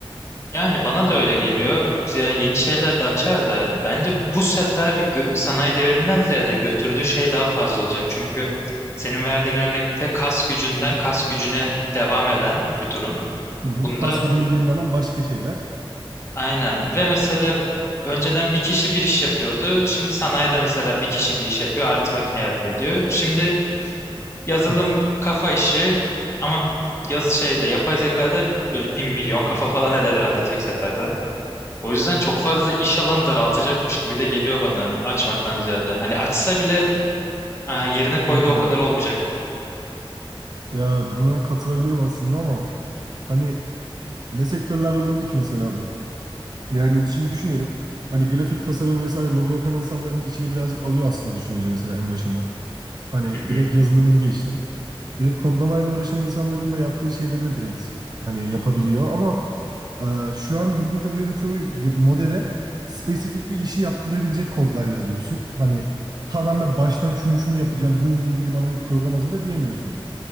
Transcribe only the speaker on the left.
Yani bana da öyle geliyor. Ya yeni şeyler de açar da bence bu sefer gö- sanayi devriminden ziyade götürdüğü şey daha fazla olacak. Çünkü senin verdiğin örnekte kas gücünden kas gücüne devam eden bir durum.
Bunda
aynen ve mesela önceden bir kişi bir iş yapıyordu. Şimdi sanayide mesela bir kişi bir iş yapıyor, artı makine yardım ediyor. Şimdi yazılım
kafa işi ama yazı şeyde yapay zekada böyle bir milyon kafa falan eder herhalde tek seferde. O yüzden çok fazla iş alanı daraltacakmış gibi de geliyor bana açmaktan ziyade. Hani açsa bile e, yerine koyduğu
o kadar olmayacak.
Hı hı,